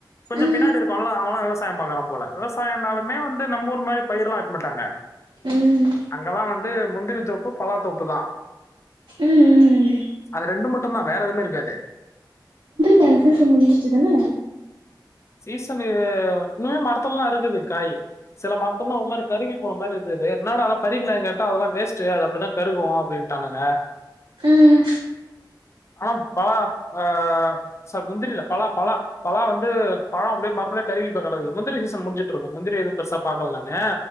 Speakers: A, on the left (about 35°); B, on the right (about 85°).
A: கொஞ்சோ
B: ம்
A: பின்னாடி இருக்குவல்லா அவளா விவஸ் சாயம் பாக்குறா போல விவசாயனாலுமே வந்து நம் ஊரு மாரி பயிர்லா வைக்க மாட்டாங்க
B: ம்
A: அங்கல்லா வந்து முந்திரி தோப்பு பலாத்தோப்பு தா
B: ம்
A: அது ரெண்டு மட்டுந்தா வேற எதுவுமே இருக்காது
B: கண்ஃப்யூஷன் முஞ்சிச்சுதான
A: சீசனு இன்னுமே மரத்துலல்லா இருக்குது காயி சில மரத்துலல்லா ஒரு மாரி கருகி போன மாரி இருந்துது என்னடா அதலா பறிக்கலயானு கேட்டா அதெல்லா வேஸ்ட்டு அது அப்டிதா கருகு அப்டின் டானுங்க
B: ம்
A: ஆ பலா ஆ சார் முந்திரில்ல பலா பலா பலா வந்து பழோ அப்டியே மரத்துல கருகிப்போய் கெடக்குது முந்திரி சீசன் முடிஞ்சிட் இருக்கு முந்திரி எதுவு பெருசா பாக்கல நானு